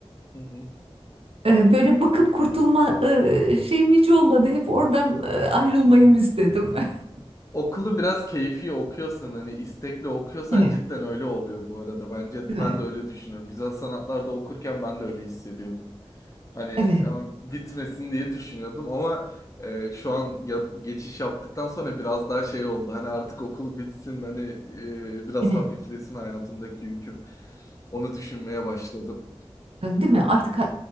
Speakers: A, on the left (about 30°); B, on the right (about 60°).
A: hı hı
B: E, Böyle bakıp kurtulma e, şeyim hiç olmadı. Hep oradan e, ayrılmayım
A: hı hı.
B: istedim. <laughs>
A: Okulu biraz keyfi okuyorsan hani istekli okuyorsan
B: Evet,
A: cidden öyle oluyor bu arada. Bence
B: evet,
A: ben de öyle düşünüyorum. Güzel sanatlarda okurken ben de öyle hissediyordum. Hani
B: evet,
A: ama bitmesin diye düşünüyordum ama e, şu an ya- geçiş yaptıktan sonra biraz daha şey oldu. Hani artık okul bitsin hani e, biraz
B: evet.
A: hafiflesin hayatımdaki yüküm. Onu düşünmeye başladım.
B: Değil mi? Artık e,